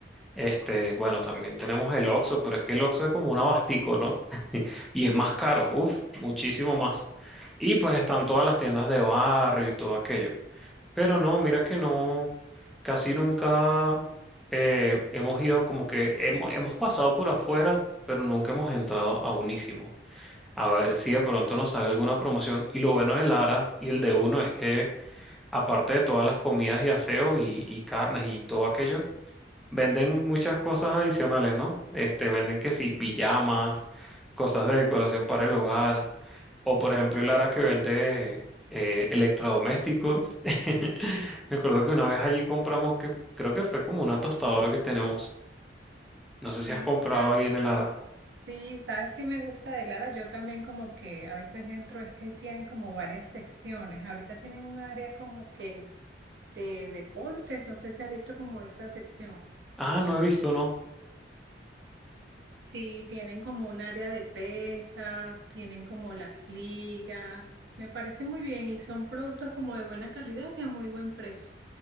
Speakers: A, in the centre; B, on the right (about 75°).
A: Este, bueno, también tenemos el Oxxo, pero es que el Oxxo es como un abastico, ¿no? Y es más caro, uff, muchísimo más. Y pues están todas las tiendas de barrio y todo aquello. Pero no, mira que no, casi nunca eh, hemos ido, como que hemos, hemos pasado por afuera, pero nunca hemos entrado a Unísimo. A ver si de pronto nos sale alguna promoción. Y lo bueno de Lara y el de Uno es que, aparte de todas las comidas y aseos y, y carnes y todo aquello, Venden muchas cosas adicionales, ¿no? Este, venden que sí, pijamas, cosas de decoración para el hogar, o por ejemplo el Ara que vende eh, electrodomésticos. <laughs> Me acuerdo que una vez allí compramos que creo que fue como una tostadora que tenemos. No sé si
B: Sí,
A: has comprado
B: sa-
A: ahí en el Ara.
B: sí, sabes que me gusta de Lara, yo también como que a veces entro, es que tienen como varias secciones, ahorita tienen un área como que de deportes, no sé si has visto como esa sección.
A: Ah, no he visto, no.
B: Sí, tienen como un área de pesas, tienen como las ligas, me parece muy bien y son productos como de buena calidad y a muy buen precio.